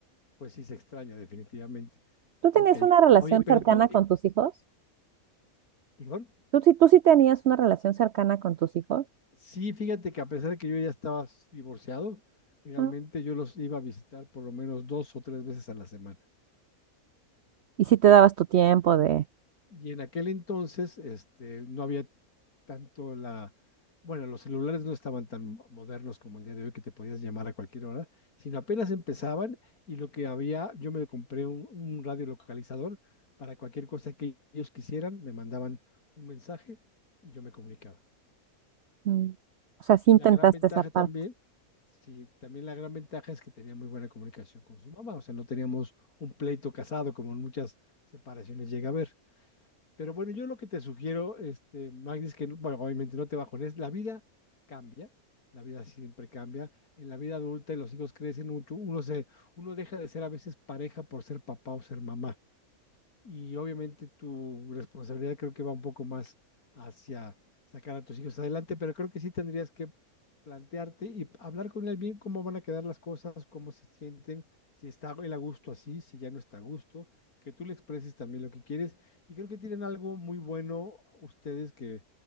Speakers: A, on the left; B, on the right.
A: pues sí se extraña definitivamente.
B: ¿Tú tenías
A: Ok,
B: una relación
A: oye, pero
B: cercana
A: tú,
B: con
A: eh,
B: tus hijos?
A: perdón,
B: Tú sí, tú sí tenías una relación cercana con tus hijos,
A: sí, fíjate que a pesar de que yo ya estaba divorciado, legalmente
B: Ah.
A: yo los iba a visitar por lo menos dos o tres veces a la semana.
B: Y sí te dabas tu tiempo de,
A: Y en aquel entonces, este, no había tanto la, bueno, los celulares no estaban tan modernos como el día de hoy que te podías llamar a cualquier hora, sino apenas empezaban y lo que había, yo me compré un, un radio localizador para cualquier cosa que ellos quisieran, me mandaban un mensaje y yo me comunicaba.
B: Mm. o sea, sí
A: Y
B: intentaste
A: la gran ventaja
B: esa parte.
A: también, sí, también la gran ventaja es que tenía muy buena comunicación con su mamá, o sea, no teníamos un pleito casado como en muchas separaciones llega a haber. Pero bueno, yo lo que te sugiero, este, Magdi, es que, no- bueno, obviamente no te bajones, la vida cambia, la vida siempre cambia. En la vida adulta los hijos crecen mucho, uno se, uno deja de ser a veces pareja por ser papá o ser mamá y obviamente tu responsabilidad creo que va un poco más hacia sacar a tus hijos adelante, pero creo que sí tendrías que plantearte y hablar con él bien cómo van a quedar las cosas, cómo se sienten, si está él a gusto así, si ya no está a gusto, que tú le expreses también lo que quieres. Y creo que tienen algo muy bueno ustedes que